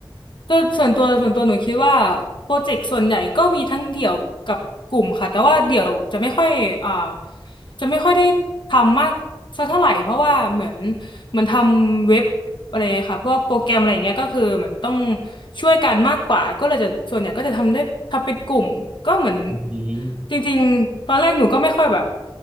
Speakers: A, on the left; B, on the right.
A: แต่ส่วนตัวส่วนตัวหนูคิดว่าโปรเจกต์ส่วนใหญ่ก็มีทั้งเดี่ยวกับกลุ่มค่ะแต่ว่าเดี่ยวจะไม่ค่อยอ่าจะไม่ค่อยได้ทำมากสักเท่าไหร่เพราะว่าเหมือนเหมือนทำเว็บอะไรค่ะพวกโปรแกรมอะไรอย่างเงี้ยก็คือเหมือนต้องช่วยกันมากกว่าก็เลยจะส่วนใหญ่ก็จะทำได้ทำเป็นกลุ่มก็เหมือน
B: อืม
A: จริงๆตอนแรกหนูก็ไม่ค่อยแบบ